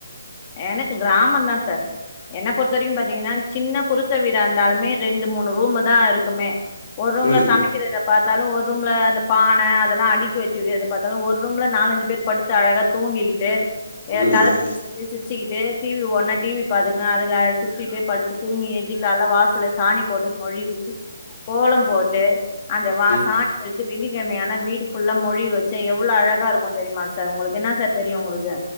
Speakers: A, on the left; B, on the left.
A: எனக்கு க்ராமந்தா ச என்ன பொறுத்த வரிக்கு பாத்தீங்கனா சின்ன குருச வீடா இருந்தாலுமே ரெண்டு மூணு ரூமு தா இருக்குமே ஒரு ரூம்ல
B: ம்
A: சமக்கிறத பாத்தாலு ஒர் ரூம்ல அந்த பான அதல்லா அடிக்கி வச்சுது அத பாத்தாலு ஒரு ரூம்ல நாலஞ்சு பேர் படுத்து அழகா தூங்கிக்கிட்டு
B: ம்
A: ஏ
B: ம்
A: கத
B: ம்
A: பேசிகிட்டு சிரிச்சிகிட்டு டி வி ஓடுனா டி வி பாத்துகினு அதுல சிரிச்சிட்டு படுத்து தூங்கி ஏஞ்சி கால்ல வாசல சாணி போட்டு மொழுவி கோலம் போட்டு அந்த வாச
B: ம்
A: சாணி வெள்ளிக்கழமையானா வீடு ஃபுல்லா மொழுகி வச்சா எவ்ளோ அழகா இருக்குந் தெரியுமா சார் உங்களுக்கு என்ன சார் தெரியு உங்குளுக்கு